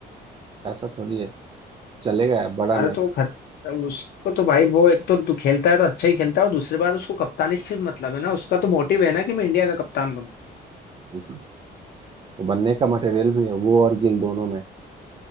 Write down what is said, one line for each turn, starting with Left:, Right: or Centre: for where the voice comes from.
Right: ऐसा थोड़ी है चलेगा बड़ा
Left: अरे
Right: मैच
Left: तो वो
Right: है
Left: खत उसको तो भाई वो एक तो दु- खेलता है तो अच्छा ही खेलता है और दूसरी बात उसको कप्तानी से भी मतलब है ना उसका तो मोटिव है ना कि मैं इंडिया का कप्तान बनूं
Right: बिल्कुल। वो बनने का मटेरियल भी है वो और गिल दोनों में